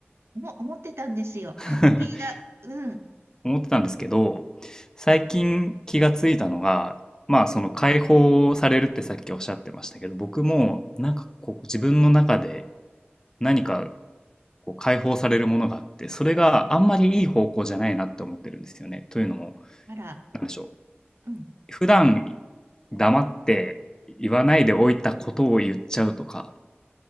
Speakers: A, on the right; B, on the left.
A: も、思ってたんですよ。
B: <laughs>
A: 過去形だ。うん。
B: 思ってたんですけど、最近気がついたのが、まあ、その解放されるってさっきおっしゃってましたけど、僕も、なんかこう、自分の中で何かこう解放されるものがあって、それがあんまりいい方向じゃないなって思ってるんですよね。というのも、
A: あら、
B: なんでしょ
A: うん。
B: う。普段黙って言わないでおいたことを言っちゃうとか、